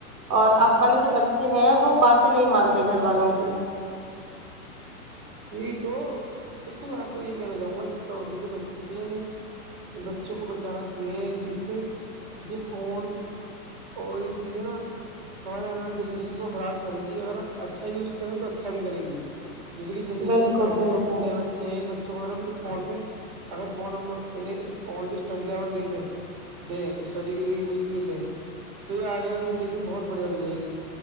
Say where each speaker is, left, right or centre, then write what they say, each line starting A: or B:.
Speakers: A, on the right; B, on the right.
A: اور اب والے جو بچے ہیں وہ باتیں نہیں مانتے گھر والوں کی
B: یہی تو دیکھو میں تو یہی کہنا چاہوں گا جتنا ہو کہ بچیس نے بچوں کو بچانا چاہیے اس چیز سےھ فون اور یہ چیزیں نا ہمارے آی جنریشن کو خراب کریں گی اگر اچھا یوز کریں تو اچھا بھی کریں گی جس کی جنریشن
A: بالکل
B: اب
A: بالکل
B: جو ہم نئے بچے ہیں ان بچوں کو اگر ہم ص فون میں اگر فون ہم انہیں صرف اونلی اسٹڈی لیول دیکھیں دیں اسٹڈی کے لیے یوز کے لیتے ہیں تو یہ آگے والی جنریشن بہت بڑھیا بھی رہے گی